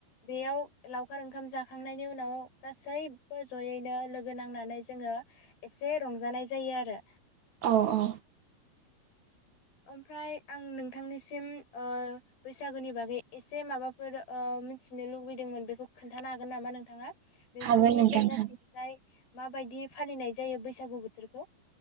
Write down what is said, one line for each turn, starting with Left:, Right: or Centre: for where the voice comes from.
Left: बेयाव लाव खार ओंखाम जाखांनायनि उनाव गासैबो जयैनो लोगो नांनानै जोङो एसे रंजानाय जायो आरो।
Right: औ औ।
Left: ओमफ्राय आं नों नोंथांनिसिम ओ बैसागोनि बागै एसे माबाफोर ओ मिथिनो ओ लुबैदोंमोन बेखौ खोन्थानो हागोन नामा नोंथाङा। नोंसोरनि
Right: हागोन नोंथां
Left: जायगाथिंजाय
Right: हागोन।
Left: । माबायदि फालिनाय जायो बैसागु बोथोरखौ?